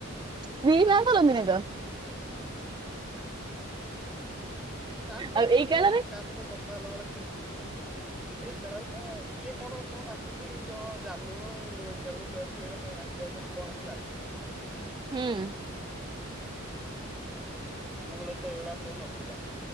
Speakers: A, on the right; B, in the centre.
A: ସ୍ତ୍ରୀ ନାଁ ଧରନ୍ତିନୀ ଦିନେ ତ
B: ନା ସେମିତି
A: ଆଉ ଏଇ କାଳରେ
B: କାହା ସହିତ କଥା ହେଲା ବେଳେ ସେମ ଏଇ କାଳରେ ତ କିଏ କଣ କଣ ଡାକୁଛି କଣ ଜାନୁ-ଉ-ଉ, ଗେଲୁ, ବେବି ଏରା ସବୁ ଡା କିଏ ଜାନୁ କଣ ମୁଁ ଜାଣିପାରୁନି।
A: ହୁଁ।
B: ଆମ ବେଳେ ତ ଏଇଗୁଡ଼ା ସବୁ ନଥିଲା।